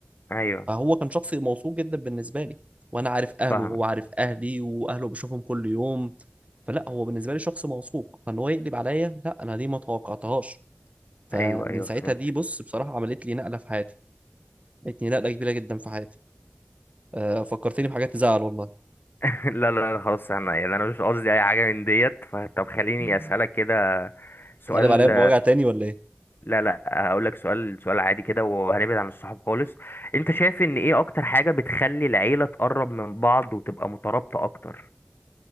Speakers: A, on the left (about 60°); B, on the right (about 35°).
A: ايوه
B: فهو كان شخص موثوق جدا بالنسبة لي وأنا عارف أهله
A: فاهم
B: وهو عارف أهلي وأهله بشوفهم كل يوم فلا هو بالنسبة لي شخص موثوق فإن هو يقلب عليا لا أنا دي ما توقعتهاش فمن
A: ايوه ايوه
B: ساعتها
A: فهمت
B: دي بص بصراحة عملت لي نقلة في حياتي عملت لي نقلة كبيرة جدا في حياتي أه فكرتني بحاجات تزعل والله
A: <laughs> لا لا لا خلاص انا يعني انا مش قصدي اي حاجة من ديت فطب خليني
B: <laughs>
A: اسألك كده سؤال
B: هتقلب عليا بمواجع تاني ولا إيه؟
A: لا لا هقول لك سؤال سؤال عادي كده وهنبعد عن الصحاب خالص انت شايف ان ايه اكتر حاجة بتخلي العيلة تقرب من بعض وتبقى مترابطة اكتر